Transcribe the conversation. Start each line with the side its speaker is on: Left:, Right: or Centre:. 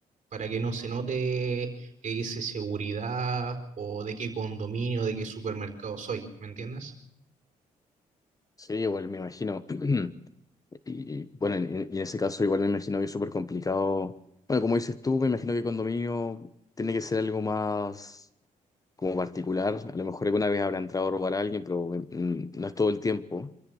Right: para que no se note que dice seguridad o de qué condominio, de qué supermercado soy, ¿me entiendes?
Left: Sí, igual me imagino. <clears throat> Y, y, bueno, en- en- y en ese caso igual me imagino que es súper complicado. Bueno, como dices tú, me imagino que condominio tiene que ser algo más. como particular. A lo mejor alguna vez habrá entrado a robar a alguien, pero mm, no es todo el tiempo.